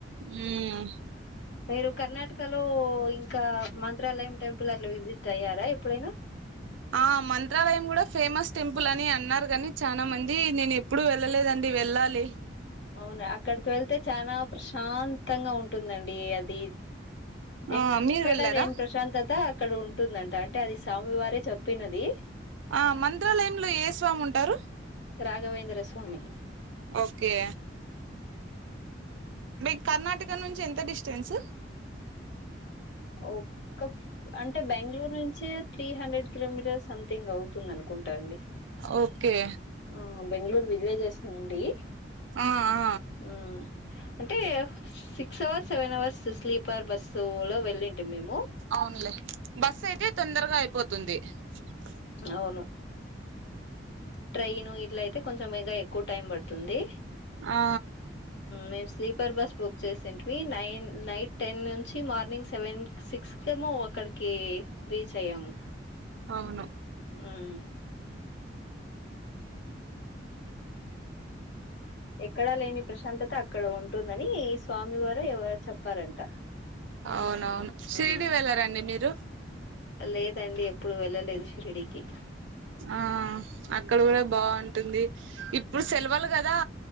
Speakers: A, on the right; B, on the left.
A: ఉమ్.
B: మీరు కర్ణాటకలో ఇంకా మంత్రాలయం టెంపుల్ అట్లా విజిట్ అయ్యారా ఎప్పుడైనా.
A: ఆ మంత్రాలయం గూడా ఫేమస్ టెంపుల్ అని అన్నారు గాని చానా మంది నేనెప్పుడు వెళ్ళలేదండి వెళ్ళాలి.
B: అవును అక్కడికి వెళ్తే చనా ప్రశాంతంగా ఉంటుందండి అది.
A: ఆ
B: ఎక్కడ
A: మీరు వెళ్ళారా
B: లేని ప్రశాంతత అక్కడ ఉం. ఉంటుందంట అంటే అది స్వామి వారే చెప్పినది.
A: ఆ మంత్రాలయంలో ఏ స్వామి ఉంటారు.
B: రాఘవేంద్ర స్వా. భమి.
A: ఓకే. మీ కర్ణాటక నుంచి ఎంత డిస్టెన్సు.
B: ఓక్క అం. టే బెంగళూరు నుంచే త్రీ హండ్రెడ్ కిలోమీటర్ సంథింగ్ అవుతుంది అనుకుంటా అండి.
A: ఓకే.
B: ఆ బెంగళూరు విలేజెస్ నుండి.
A: ఆ ఆ.
B: మ్ అంటే six hours seven hours sleeper బస్సులో. వెళ్ళింటి మేమ్.
A: అవునులే బస్ ఐతే తొందరగా ఐపోతుంది. ఆ
B: అవును ట్రైన్ ఇట్ల అయితే కొంచెంగా ఎ ఎక్కువ టైం పడుతుంది
A: ఆ
B: మేము స్లీపర్ బస్ బుక్ చేసేంటివి నైన్ నైట్ టెన్ నుంచి మార్నింగ్ సెవెన్ సిక్స్కము అక్కడికి రీచ్ అయ్యాము
A: అవును
B: మ్ ఎక్కడ లేని ప్రశాంతత అక్కడ ఉంటుందని స్వామి వారు చెప్పారంట
A: అవునవును షిరిడి
B: ఉమ్
A: వెళ్ళారా అండి మీరు
B: లేదండి ఎప్పుడూ వెళ్ళలేదు షిరిడికి
A: ఆ అక్కడ కూడా బావుంటుంది ఇప్పుడు సెలవులు కదా